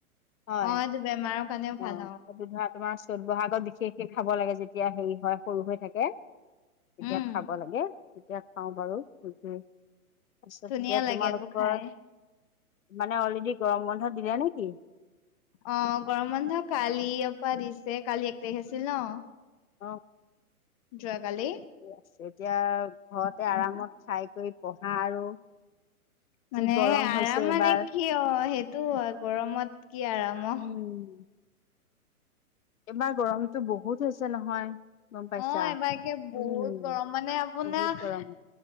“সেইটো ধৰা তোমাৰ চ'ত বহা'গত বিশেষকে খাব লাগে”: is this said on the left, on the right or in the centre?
Left